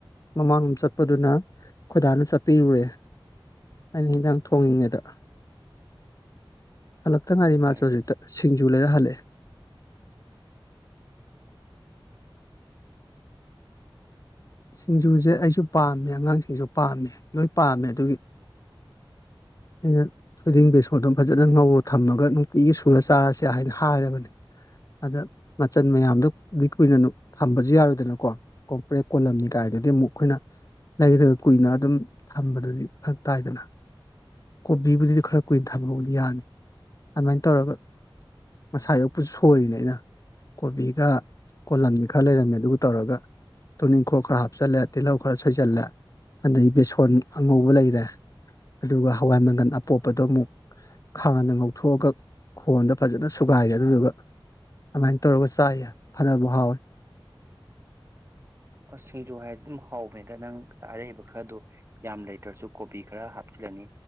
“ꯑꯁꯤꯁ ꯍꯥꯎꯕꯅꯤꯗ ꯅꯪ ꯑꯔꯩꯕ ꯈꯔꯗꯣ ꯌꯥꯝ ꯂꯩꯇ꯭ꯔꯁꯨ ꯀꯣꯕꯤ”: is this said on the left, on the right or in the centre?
Right